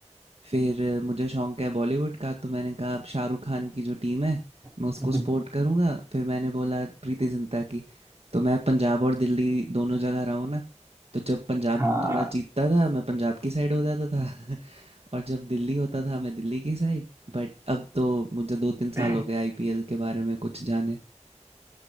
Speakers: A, on the right; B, on the right.
A: फिर अ, मुझे शौक है बॉलीवुड का, तो मैंने कहा अब शाहरुख खान की जो टीम है, मैं
B: <laughs>
A: उसको सपोर्ट करूँगा। फिर मैंने बोला प्रीति जिंटा की, तो मैं पंजाब और दिल्ली दोनों जगह रहा हूँ ना, तो जब पंजाब
B: हाँ
A: थोड़ा जीतता था, मैं पंजाब की साइड हो जाता था <laughs> और जब दिल्ली होता था मैं दिल्ली की साइड बट अब तो मुझे दो तीन
B: <laughs>
A: साल हो गए आईपीएल के बारे में कुछ जाने